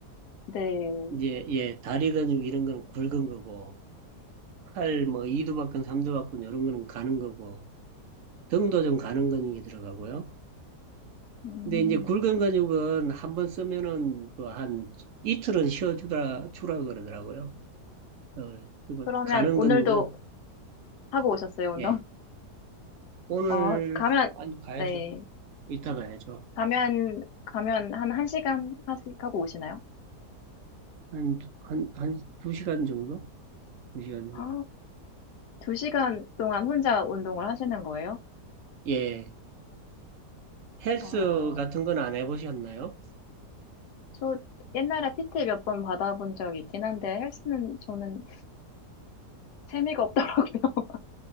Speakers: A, on the left; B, on the right.
A: 네.
B: 이제 예, 다리 근육 이런 거는 굵은 거고 팔 뭐 이두박근 삼두박근 이런 거는 가는 거고 등도 좀 가는 근육이 들어가고요.
A: 음,
B: 근데 이제 굵은 근육은 한번 쓰면은 뭐 한 이틀은 쉬어주라 주라 그러더라고요. 어, 그리고
A: 그러면
B: 가는
A: 오늘도
B: 근육은
A: 하고 오셨어요, 운동?
B: 예 오늘
A: 어, 가면,
B: 아니 가야죠.
A: 네.
B: 이따 가야죠.
A: 가면, 가면 한 1시간 하시, 하고 오시나요?
B: 한 한 한 두 시간 정도? 두 시간 정도.
A: 아, 2시간 동안 혼자 운동을 하시는 거예요?
B: 예 헬스
A: 어,
B: 같은 건 안 해보셨나요?
A: 저 옛날에 PT 몇 번 받아본 적 있긴 한데 헬스는 저는 재미가 없더라고요. <laughs>